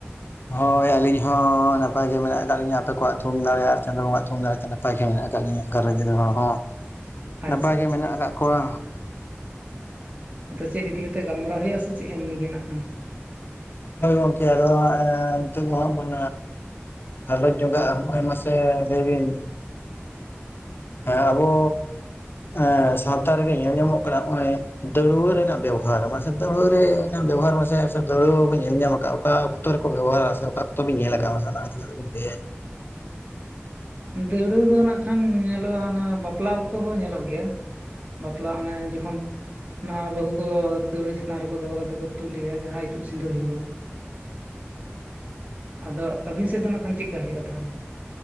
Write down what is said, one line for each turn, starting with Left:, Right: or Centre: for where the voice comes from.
Left: ᱦᱳᱭ ᱟᱹᱞᱤᱧ ᱦᱚᱸ ᱱᱟᱯᱟᱭ ᱜᱮ ᱢᱮᱱᱟᱜ ᱠᱟᱜ ᱞᱤᱧᱟᱹ ᱟᱯᱮ ᱠᱚᱣᱟᱜ ᱛᱷᱩᱢ ᱫᱟᱲᱮ ᱟᱨ ᱪᱟᱸᱫᱳ ᱵᱚᱸᱜᱟᱣᱟᱜ ᱛᱷᱩᱢ ᱫᱟᱲᱮ ᱛᱮ ᱱᱟᱯᱟᱭ ᱱᱟᱯᱟᱭ ᱜᱮ ᱢᱮᱱᱟᱜ ᱟᱠᱟᱫ ᱞᱤᱧᱟᱹ᱾ ᱜᱷᱟᱨᱚᱸᱡᱽ ᱨᱮᱱ ᱦᱚᱲ ᱦᱚᱸ
Right: ᱟᱪᱪᱷᱟ
Left: ᱱᱟᱯᱟᱭ ᱜᱮ
Right: ᱟᱪᱪᱷᱟ
Left: ᱢᱮᱱᱟᱜ ᱟᱠᱟᱫ ᱠᱚᱣᱟ᱾
Right: ᱟᱫᱚ ᱪᱮᱫ ᱤᱫᱤ ᱠᱟᱛᱮ ᱜᱟᱞᱢᱟᱨᱟᱣ ᱦᱩᱭᱩᱜᱼᱟ, ᱥᱮ ᱪᱮᱫ ᱢᱤᱜᱮ ᱱᱟᱜ ᱠᱟᱱ?
Left: ᱦᱳᱭ ᱜᱚᱝᱠᱮ ᱟᱫᱚ ᱦᱟᱸᱜ ᱮᱸ ᱱᱤᱛᱚᱜ ᱫᱚ ᱦᱟᱸᱜ ᱚᱸ᱾ ᱟᱨᱞᱚ ᱡᱚᱜᱟᱜᱼᱟ᱾ ᱦᱚᱸᱜ-ᱚᱭ ᱢᱟᱥᱮ ᱞᱟᱹᱭ ᱵᱤᱱ᱾ ᱦᱮᱸ ᱟᱵᱚᱻ ᱮᱸ ᱥᱟᱶᱛᱟ ᱨᱮᱜᱮ ᱧᱮᱞ ᱧᱟᱢᱚᱜ ᱠᱟᱱᱟ, ᱚᱸᱭ ᱫᱟᱹᱟᱹᱲᱣᱟᱹ ᱨᱮᱱᱟᱜ ᱵᱮᱣᱦᱟᱨ᱾ ᱢᱟᱥᱮ ᱫᱟᱹᱲᱣᱟᱹ ᱨᱮᱱᱟᱜ ᱵᱮᱣᱦᱟᱨ ᱢᱟᱥᱮ ᱫᱟᱹᱣᱲᱟᱹ ᱢᱟ ᱵᱚᱱ ᱧᱮᱞ ᱧᱟᱢ ᱟᱠᱟᱫ ᱚᱠᱟ ᱚᱠᱛᱚ ᱨᱮᱠᱚ ᱵᱮᱵᱚᱦᱟᱨᱟ ᱥᱮ ᱚᱠᱟ ᱚᱠᱛᱚ ᱵᱤᱱ ᱧᱮᱞ ᱟᱠᱟᱜ ᱟ ᱢᱟᱥᱮ ᱚᱱᱟᱵᱤᱱ ᱞᱟᱹᱭᱟ᱾
Right: ᱫᱟᱹᱣᱲᱟᱹ ᱫᱚ ᱚᱱᱟ ᱠᱷᱟᱱ ᱧᱮᱞᱚᱜᱼᱟ ᱚᱱᱟ ᱵᱟᱯᱞᱟ ᱚᱠᱛᱚ ᱦᱚᱸ ᱧᱮᱞᱚᱜ ᱜᱮᱭᱟ᱾ ᱵᱟᱯᱞᱟ ᱚᱱᱮ ᱡᱚᱠᱷᱚᱱ ᱱᱟᱣᱟ ᱵᱟᱹᱦᱩ ᱠᱚ ᱫᱟᱹᱣᱲᱟᱹ ᱪᱮᱛᱟᱱ ᱨᱮᱠᱚ ᱫᱚᱦᱚ ᱠᱟᱛᱮ ᱠᱚ ᱛᱩᱞᱤᱭᱟ ᱡᱟᱦᱟᱸ ᱤᱛᱩᱫ ᱥᱤᱸᱫᱩᱨ ᱦᱩᱭᱩᱜᱼᱟ᱾
Left: <inaudible>
Right: ᱟᱫᱚ ᱟᱹᱵᱤᱱ ᱥᱮᱫ ᱫᱚ ᱱᱟᱜ ᱠᱷᱟᱱ ᱪᱮᱫᱠᱟ ᱦᱩᱭᱩᱜᱼᱟ ᱛᱟᱦᱚᱞᱮ?